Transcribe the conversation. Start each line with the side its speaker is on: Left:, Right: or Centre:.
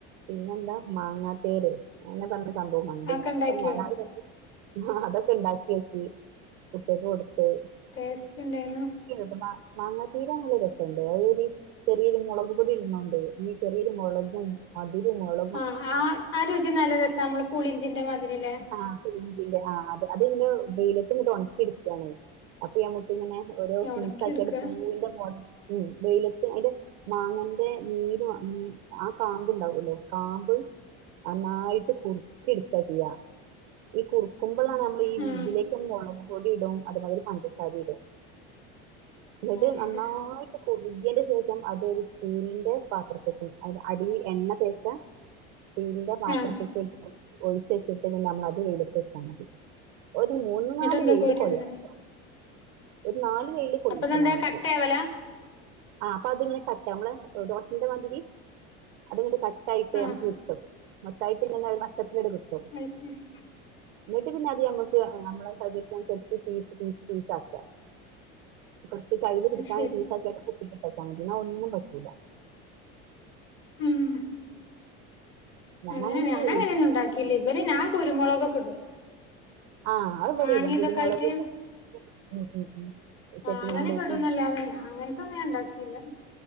Right: പിന്നെന്താ മാങ്ങാത്തേരെ അങ്ങനെ പർ സംഭവം കണ്ട്
Left: അതൊക്കെ
Right: ഞാന്
Left: ഇണ്ടാക്കിയോ
Right: അപ്പം ഞാനാഹ് രണ്ടും ഹ്ഹാ അതൊക്കെ ണ്ടാക്ക്യോക്കി. കുട്ട്യേക്ക് കൊട്ത്ത്.
Left: ടേസ്റ്റ്ണ്ടായിന്നോ?
Right: ഏത് മാ മങ്ങാതീര നല്ലരസണ്ട് അയ്. <unintelligible> ചെറിയൊരു മൊളക് പൊടിട്ണോണ്ട് ഞ്ഞി ചെറിയൊരു മൊളകും. മധുരും മൊള
Left: ആഹ്, ആഹ് ആ രുചി നല്ല രസാ മ്മളെ പുളിഞ്ചിന്റെ മാതിരില്ലേ?
Right: ആഹ് പുളിഞ്ചിന്റെ ആഹ് അത് അതിങ്ങനെ വെയിലത്തങ്ങട്ട് ഒണക്കി എടുക്കാണ്. അപ്പോ ഞമുക്കങ്ങനെ ഓരോ പീസാക്ക്യാണ്ട്
Left: ഒണക്കി എടുക്ക
Right: പൂവിന്റെ <unintelligible> വെയില ത്ത് അയിന്റെ മാങ്ങന്റെ നീര് ആ കാമ്പ്ണ്ടാവോലോ കാമ്പ് നന്നായിട്ട് കുറുക്കി എടുക്കാ ചെയ്യാ ഈ കുറുക്കുമ്പളാണ് മ്മള് ഈ
Left: ആഹ്
Right: ഇതിലേ ക്ക് മൊളകു പൊടിയിടും അതുമാതിരി പഞ്ചസാരിയിടും എന്നിട്ട്
Left: ആഹ്
Right: നന്നായി
Left: ശരി
Right: ട്ട് കുറുകിയേന്റെ ശേഷം അതൊരു സ്റ്റീലിന്റെ പാത്രത്തേക്കും അത് അടീല് എണ്ണ തേച്ച സ്റ്റീലിന്റെ പാത്രത്ത്ക്ക്
Left: ആഹ്
Right: ഒഴിച്ചെച്ച്ട്ട് പിന്നെ നമ്മളത് വെയിലത്തെച്ചാ മതി. ഒരു മൂന്ന്
Left: എന്നിട്ട്
Right: നാല്
Left: എന്താ
Right: വെയില്
Left: കോരി
Right: കൊള്ളണട്ടോ.
Left: തിന്നല്
Right: ഒരു നാല് വെയില് കൊളളിച്ചണമ്മക്ക്.
Left: അപ്പൊ ഇതെന്താ കട്ടയാവലാ
Right: ആഹ് അപ്പോ അതിങ്ങനെ കട്ടാവും നമ്മള് ദോശന്റെ മാതിരി അതിങ്ങട് ക ട്ടായിട്ട്
Left: ആഹ്
Right: നമ്മക്ക് കിട്ടും മൊത്തായിട്ട് ഇങ്ങനെ ഒരു വട്ടത്തിലങ്ങനെ കിട്ടും.
Left: അത്ശെരി.
Right: എന്നിട്ട് പിന്നെ അത് ഞമ്മക്ക് ഞമ്മളെ സൗകര്യത്തിനനുസരിച്ച് പീസ് പീസ് പീസാക്കാ. കൊറച്ച് കയ്യില് പിടിക്കാൻ
Left: അത് ശരി
Right: പീസാക്കിയാണ്ട് കുപ്പീക്ക് ഇട്ടെച്ചാ മതി ഒന്നും പറ്റൂലാ.
Left: ഉം
Right: ഞാൻ
Left: അങ്ങനെ ഞാനങ്ങനൊന്നും
Right: ഒന്നും
Left: ഇണ്ടാക്കീലേ ഇവര് ഞാ കുരുമുളകൊക്കെടും.
Right: ആ അത് ഇവിടെ
Left: മാങ്ങീതൊക്കെ
Right: ഇടും കുരുമുളക്
Left: ആയിറ്റ്.
Right: ഇട്ട ഉം ഉം ഉം. ചെട്ടിനാട്
Left: ആഹ് അങ്ങനെക്കെ
Right: ദോശ.
Left: ഇടുന്നല്ലാതെ ആഹ് അങ്ങനത്തൊന്നും ഞാൻ ഇണ്ടാക്കീല്ലാ.